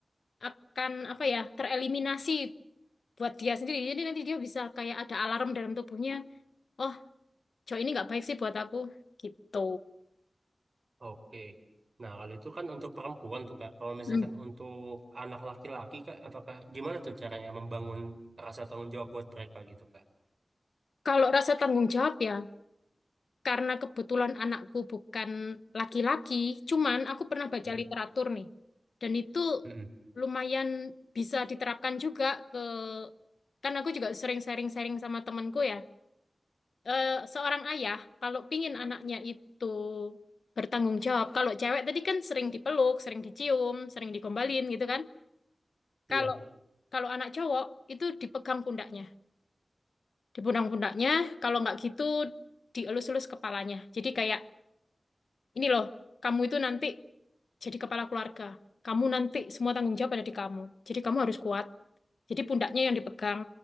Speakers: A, on the left (about 85°); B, on the right (about 65°).
A: akan apa ya tereliminasi buat dia sendiri. Jadi nanti dia bisa kayak ada alarm dalam tubuhnya. Oh, cowok ini nggak baik sih buat aku. Gitu.
B: Oke. Nah, kalau itu kan untuk perempuan tuh, Kak. Kalau misalkan
A: Hmm.
B: untuk anak laki-laki, Kak, apakah gimana tuh caranya membangun rasa tanggung jawab buat mereka gitu, Kak?
A: Kalau rasa tanggung jawab ya, karena kebetulan anakku bukan laki-laki, cuman aku pernah baca
B: Mm,
A: literatur nih. Dan itu
B: mm,
A: lumayan bisa diterapkan juga ke, kan aku juga sering sharing-sharing sama temanku ya. eh, seorang ayah kalau pingin anaknya itu bertanggung jawab, kalau cewek tadi kan sering dipeluk, sering dicium, sering digombalin gitu kan.
B: Iya.
A: Kalau kalau anak cowok itu dipegang pundaknya, dipundang pundaknya, kalau nggak gitu dielus-elus kepalanya. Jadi kayak ini loh, kamu itu nanti jadi kepala keluarga. Kamu nanti semua tanggung jawab ada di kamu. Jadi kamu harus kuat. Jadi pundaknya yang dipegang,